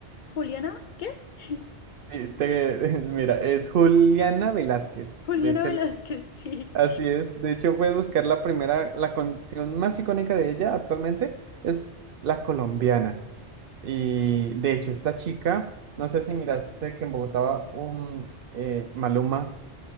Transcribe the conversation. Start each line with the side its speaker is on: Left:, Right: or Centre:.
Left: Juliana, ¿qué? <laughs>
Right: Y te- <laughs> mira, es Juliana Velázquez.
Left: Juliana
Right: De hecho,
Left: Velázquez,
Right: la-
Left: sí.
Right: así es. De hecho, puedes buscar la primera, la canción más icónica de ella actualmente es La Colombiana. Y de hecho, esta chica, no sé si miraste que en Bogotá un eh, Maluma